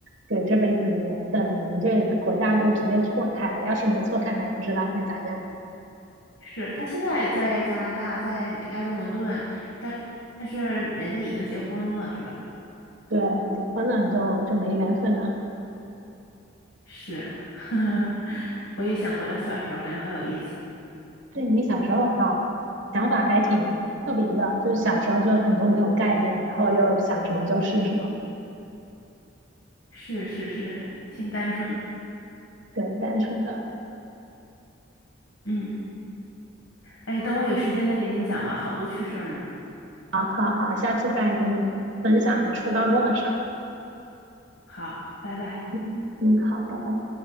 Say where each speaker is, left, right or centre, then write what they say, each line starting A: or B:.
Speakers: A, on the right; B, on the left.
A: 对，这辈子的缘分了，你们这国家都直接错开了，要是没错开，还不知道会咋样呢。
B: 是他现在在加拿大，在那埃德蒙顿，但但是人家已经结婚了，是吧？
A: 对，结婚了就就没缘分了。
B: 是，<laughs> 我也想回到小时候，感觉好有意思。
A: 对你小时候好，想法还挺特别的，就是小时候就很多没有概念，然后又想什么就是什么，
B: 是是是，挺单纯的。
A: 对，单纯的。
B: 嗯，哎，等我有时间再给你讲吧，好多趣事儿呢。
A: 好好好，下次再等你分享你初高中的事儿。
B: 好，拜拜。
A: 嗯嗯，好，拜拜。